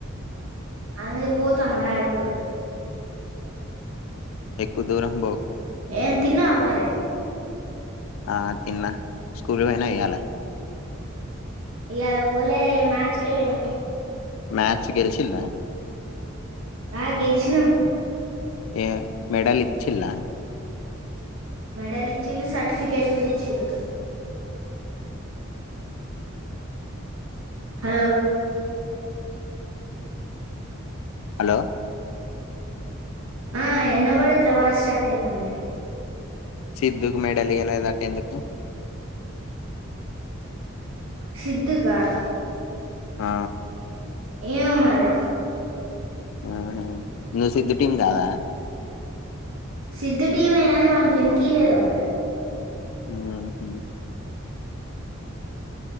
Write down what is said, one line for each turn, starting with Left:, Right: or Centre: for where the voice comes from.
Right: అందుకె పోతం అటు
Left: ఎక్కువ దూరం బోకు
Right: ఏం తిన్నావ మరి?
Left: ఆ తిన్న, స్కూల్ పోయినవా ఇయ్యాల
Right: ఇయ్యాల బోలే మ్యాచ్కే బోయిన
Left: మ్యాచ్ గెలిచిల్లా
Right: ఆ గెలిచినం
Left: ఏ మెడల్ ఇచ్చిల్ల
Right: మెడల్ ఇచ్చిళ్ళు సర్టిఫికేట్ గూడ ఇచ్చిళ్లు హలో
Left: హలో
Right: ఆ ఇనబడట్లే వాయిస్ స్ట్రక్ ఐతాంది
Left: సిద్దుకు మెడల్ ఇయ్యాలేదట ఎందుకు?
Right: సిద్ధుకా
Left: ఆ
Right: ఏమో మరే
Left: ఆహా నువ్వు సిద్దు టీం గాదా
Right: సిద్దు టీమే గని వానీకెందుకీయాలేదో మరె.
Left: ఉమ్ హ్